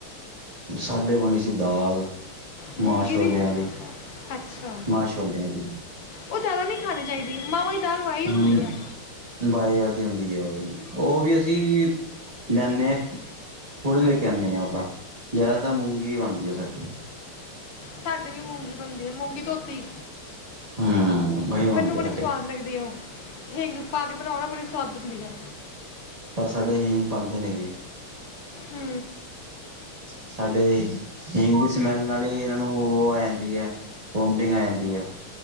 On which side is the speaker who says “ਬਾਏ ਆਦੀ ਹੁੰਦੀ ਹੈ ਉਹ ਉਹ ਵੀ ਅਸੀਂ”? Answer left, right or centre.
Right